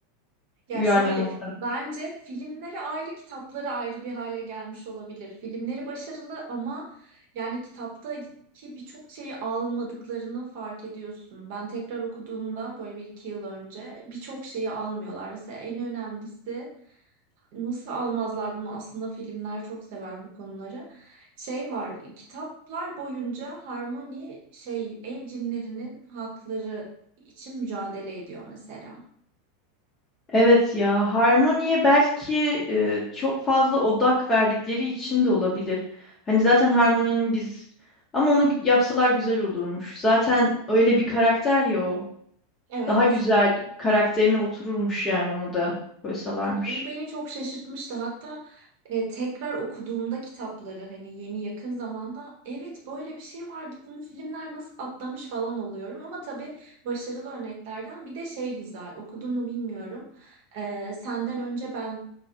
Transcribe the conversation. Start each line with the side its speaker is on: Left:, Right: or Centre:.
Right: Ya
Left: Uyarlama
Right: şöyle, bence filmleri ayrı, kitapları ayrı bir hale gelmiş olabilir. Filmleri başarılı ama yani kitaptaki birçok şeyi almadıklarını fark ediyorsun. Ben tekrar okuduğumda böyle bir iki yıl önce birçok şeyi almıyorlar. Mesela en önemlisi Nasıl almazlar bunu? Aslında filmler çok sever bu konuları. Şey var, kitaplar boyunca Harmony şey ev cinlerinin hakları için mücadele ediyor mesela.
Left: Evet ya harmoniye belki e, çok fazla odak verdikleri için de olabilir. Hani zaten harmoninin biz ama onu yapsalar güzel olurmuş. Zaten öyle bir karakter ya o.
Right: Evet,
Left: Daha güzel karakterine otururmuş yani onu da koysalarmış.
Right: o beni çok şaşırtmıştı. Hatta e, tekrar okuduğumda kitapları hani yeni yakın zamanda evet böyle bir şey vardı. Bunu filmler nasıl atlamış falan oluyorum. Ama tabii başarılı örneklerden bir de şey güzel. Okudun mu bilmiyorum. E, Senden Önce Ben